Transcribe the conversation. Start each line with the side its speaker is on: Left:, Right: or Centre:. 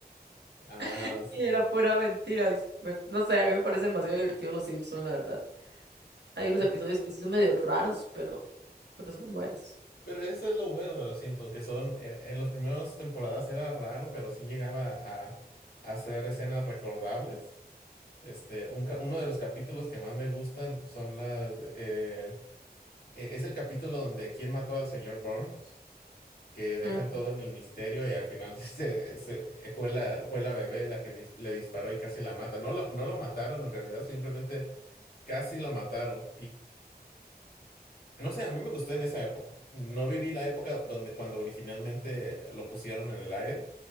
Left: ah,
Right: <laughs>
Left: sí.
Right: y era pura mentira, y s- me- no sé, a mí me parece demasiado divertido Los Simpson, la verdad. Hay unos
Left: Hab-
Right: episodios que sí son medio raros, pero, pero son buenos.
Left: Pero eso es lo bueno de los Simpsons, que son, eh, en las primeras temporadas era raro, pero sí llegaba a, a hacer escenas recordables. Este, un ca- uno de los capítulos que más me gustan son las, de- eh, e- es el capítulo donde ¿Quién mató al señor Burns? Que dejan
Right: Mm,
Left: todo en el misterio y al final <laughs> se, se- eh, fue la, fue la bebé la que dis- le disparó y casi la mata. No lo, no lo mataron en realidad, simplemente casi lo mataron no sé, a mí me gustó en esa época. No viví la época donde cuando originalmente lo pusieron en el aire,